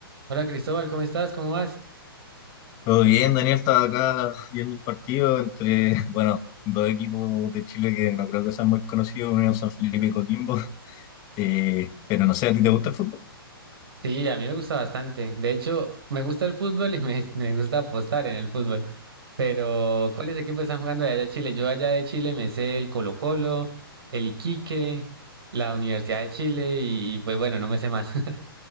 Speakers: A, on the right; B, on the left.
A: Hola Cristóbal, ¿cómo estás? ¿Cómo vas?
B: Todo bien, Daniel estaba acá viendo un partido entre, <laughs> bueno, dos equipos de Chile que no creo que sean muy conocidos, Unión San Felipe y Coquimbo. Eh, pero no sé, ¿a ti te gusta el fútbol?
A: Sí, a mí me gusta bastante. De hecho, me gusta el fútbol y me, <laughs> me gusta apostar en el fútbol. Pero, ¿cuáles equipos están jugando de allá de Chile? Yo allá de Chile me sé el Colo-Colo, el Iquique, la Universidad de Chile y, y, pues bueno, no me sé más. <laughs>